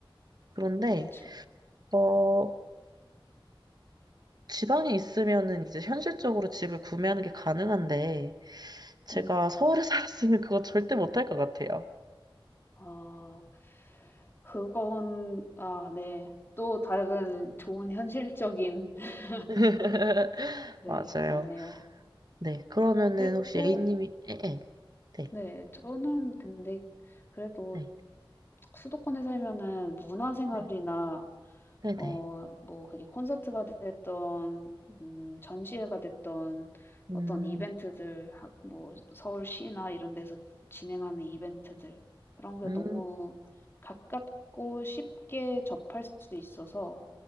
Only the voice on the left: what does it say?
그렇죠.
음,
아, 그건, 아, 네. 또 다른 좋은 현실적인, <laughs>
네,
맞네요.
근데
또,
네, 저는 근데 그래도
수도권에 살면은 문화생활이나
어 뭐 그게 콘서트가 됐든 음 전시회가 됐든
어떤 이벤트들 하 뭐 서울시나 이런 데서 진행하는 이벤트들 그런 게
너무 가깝고 쉽게 접할 수 있어서